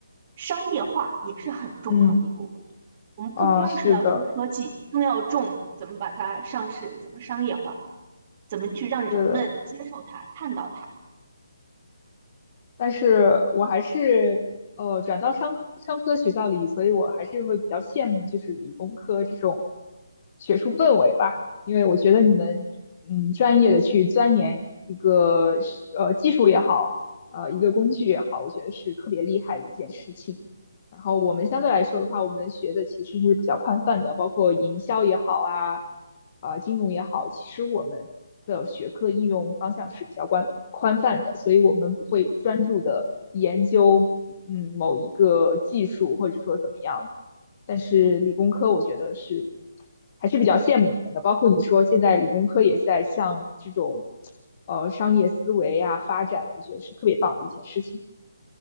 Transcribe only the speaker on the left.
嗯
啊，是的，
是的，
但是我还是呃转到商科商科学校里，所以我还是会比较羡慕就是理工科这种学术氛围吧，因为我觉得你们嗯专业的去钻研一个呃技术也好，呃一个工具也好，我觉得是特别厉害的一件事情。然后我们相对来说的话，我们学的其实是比较宽泛的，包括营销也好啊，啊、金融也好，其实我们的学科应用方向是比较宽宽泛的，所以我们不会专注的研究嗯某一个技术或者说怎么样。但是理工科我觉得是还是比较羡慕你们的，包括你说现在理工科也在向这种呃商业思维啊发展，我觉得是特别棒的一件事情。